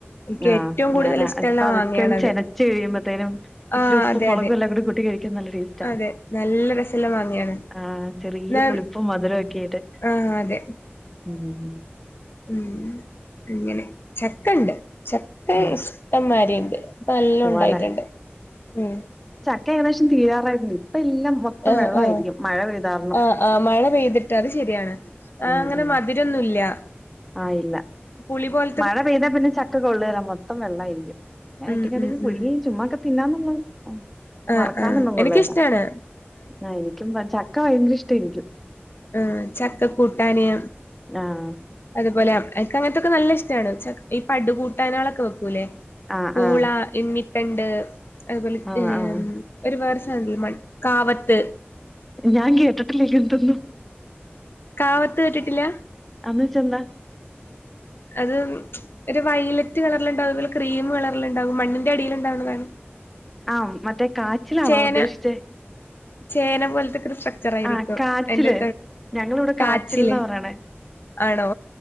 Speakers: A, on the left; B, in the centre.
A: എനിക്ക്
B: ആഹ്
A: ഏറ്റവും കൂടുതൽ
B: നേരാ
A: ഇഷ്ടള്ള
B: പതുക്കെങ്ങ്
A: മാങ്ങയാണത്
B: ചെനച്ച് കഴിയുമ്പത്തേനും ഇച്ചിരി
A: ആഹ്
B: ഉപ്പും
A: അതെ
B: മൊളകും
A: അതെ
B: എല്ലാം കൂടി കൂട്ടി കഴി ക്കാൻ നല്ല ടേസ് റ്റാ
A: അതെ നല്ല രസള്ള മാങ്ങയാണ്
B: ആഹ് ചെറിയ
A: ഞാൻ
B: പുളിപ്പും മധുരം ഒക്കെ ആയിട്ട്
A: ആഹ് അതെ
B: ഉം ഉം
A: ഉം അങ്ങനെ ചക്ക ഇണ്ട് ചക്ക
B: ആഹ്
A: ഇഷ്ടംമാരിണ്ട് നല്ലോം
B: പോവാലേ
A: ഉണ്ടായിട്ടുണ്ട് ഉം
B: ക്കെ ഏകദേശം തീരാറായിട്ട്ണ്ട് ഇപ്പൊ എല്ലാം മൊത്തം
A: ആഹ്
B: വെള്ളമായിരിക്കും
A: ആഹ്
B: മഴ പെയ്താരണം
A: ആഹ് ആഹ് മഴ പെയ്തിട്ട് അത് ശരിയാണ് ആഹ്
B: ഉം
A: അങ്ങനെ
B: ഉം
A: മതി രിക്കൊന്നൂല്ല
B: ആഹ് ഇല്ല
A: പുളിപോൽ
B: മഴ പെയ്താ പിന്നെ ചക്ക കൊള്ളേല മൊത്തം വെള്ളായിരിക്കും പിന്നെ
A: ഉം
B: വെട്ടി കണ്ടിച്ച്
A: ഉം
B: പുഴുങ്ങി
A: ഉം
B: ചുമ്മാക്കെ തിന്നാനുള്ളത് ആഹ്
A: ആഹ്
B: വറക്കാനൊന്നും
A: ആഹ് എനിക്കിഷ്ടാണ്.
B: കൊള്ളേല ആഹ് എനിക്കും ചക്ക ഭയങ്കര ഇഷ്ട എനിക്കും
A: ഉം ചക്കക്കൂട്ടാന്
B: ആഹ്
A: അതുപോലെക്ക അങ്ങനത്തൊക്കെ നല്ല ഇഷ്ടമാണ് ഈ പടുകൂട്ടാനകളൊക്കെ വെക്കൂല്ലേ
B: ആഹ്
A: പൂള
B: ആഹ്
A: എന്നിത്തണ്ട് അതുപോലെ
B: ആഹ് ആഹ്
A: ഒരു വേർ സാനം ഇല്ലെ കാവത്ത്
B: ഞാൻ കേട്ടിട്ടില്ലേ എന്തൊന്നും
A: കാവത്ത് കേട്ടിട്ടില്ല
B: അന്ന് വെച്ചാ എന്താ
A: അത് ഒരു വയലറ്റ് കളറിൽ ഉണ്ടാവും അതുപോലെ ക്രീമ്കളറിൽ ഉണ്ടാവും മണ്ണിന്റെ അടിൽ ഉണ്ടാവുന്നതാണ്
B: ആഹ് മറ്റേ കാച്ചിലാണോ
A: ചേന
B: ഉദ്ദേശിച്ചേ
A: ചേന പോലത്തെക്കെ സ്ട്രക്ചർ ആയിരിക്കും
B: ആഹ് കാച്ചില്
A: എന്റെ
B: ഞങ്ങളിവിടെ
A: കാച്ചില്
B: കാച്ചിൽന്നാ പറയണേ
A: ആണോ